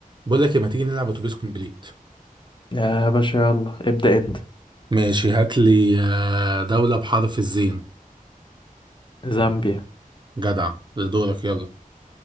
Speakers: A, on the right; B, on the left.
A: بقول لك إيه، ما تيجي نلعب اتوبيس كومبليت
B: يا باشا يلا ابدأ انت
A: ماشي هات لي آه، دولة بحرف الزين
B: زامبيا
A: جدع دورك يلا